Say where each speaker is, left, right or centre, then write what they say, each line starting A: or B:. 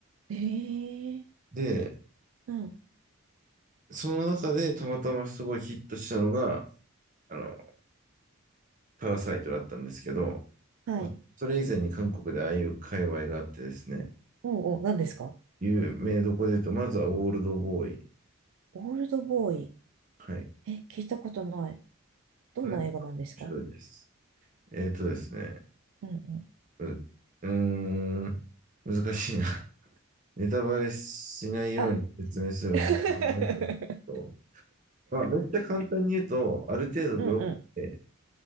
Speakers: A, on the right (about 65°); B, on the right (about 35°).
A: ん。ええ
B: で、
A: ーうん。
B: その中でたまたますごいヒットしたのが、あの、パラサイトだったんですけど、
A: はい。
B: それ以前に韓国でああいう界隈があってですね、
A: おうおう、何ですか
B: 有名どこで言うと、まずはオールドボーイ。
A: オールドボーイ。
B: はい。
A: え、聞いたことない。どんな映画なんですか
B: これ面白いです。えっとですね、
A: うんうん。
B: う、うーん、難しいな。ネタバレしないように説明するのちょっと難しいけど、
A: あ、<laughs>
B: まあ、めっちゃ簡単に言うと、ある程度グロくて、
A: うんうん。